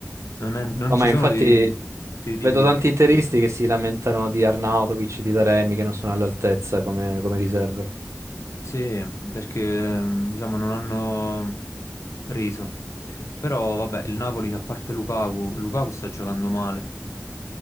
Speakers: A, on the left; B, on the right.
A: non, è- non
B: No,
A: ci
B: ma infatti
A: sono dei... Sì, dici,
B: vedo
A: dici.
B: tanti interisti che si lamentano di Arnautovic, di Taremi, che non sono all'altezza come, come riserve.
A: Sì, perché mm, diciamo non hanno reso. Però vabbè,
B: Mhm.
A: il Napoli che a parte Lukaku, Lukaku sta giocando male.